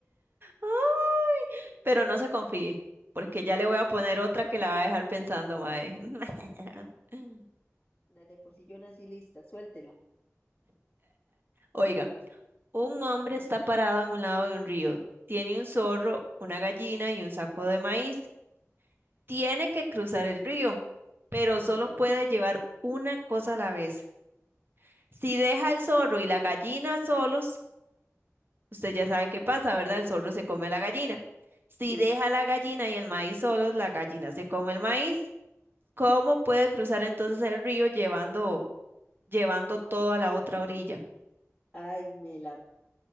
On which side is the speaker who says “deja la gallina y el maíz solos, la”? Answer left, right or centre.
Right